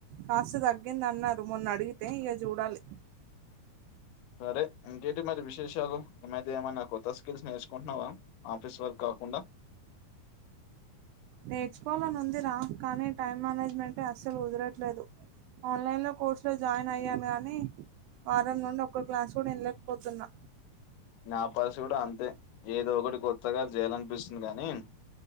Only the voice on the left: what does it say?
సరే ఇంకేంటి మరి విశేషాలు ఈమధ్య ఏమైనా కొత్త స్కిల్స్ నేర్చుకుంటున్నావా ఆఫీస్ వర్క్ కాకుండా
నా పరిస్థితి కూడా అంతే ఏదో ఒకటి కొత్తగా జేయాలనిపిస్తుంది కానీ